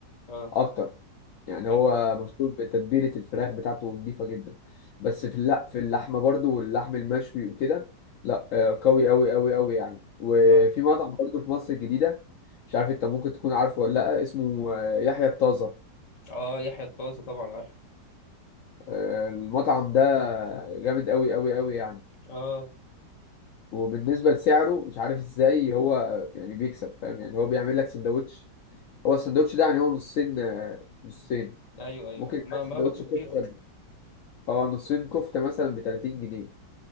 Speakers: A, on the left; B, on the left.
A: اه
B: اكتر يعني
A: ايوه
B: هو مشهور بتتبيلة الفراخ بتاعته نضيفة جدا بس في لا في اللحمة برضو واللحم المشوي وكده لا آه، قوي قوي قوي قوي يعني وفي
A: اه
B: مطعم برضو في مصر الجديدة مش عارف انت ممكن تكون عارفه ولا لا اسمه آه، يحيى الطازة
A: اه يحيى الطازة طبعا عارف
B: آه، المطعم ده جامد قوي قوي قوي يعني
A: اه
B: وبالنسبة لسعره مش عارف ازاي هو يعني بيكسب فاهم يعني هو بيعمل لك سندوتش هو السندوتش ده يعني هو نصين آه، نصين
A: ايوه ايوه
B: ممكن يبقى
A: ما
B: سندوتش
A: ما باكله كتير
B: كفتة
A: اه
B: اه نصين كفتة مثلا ب 30 جنيه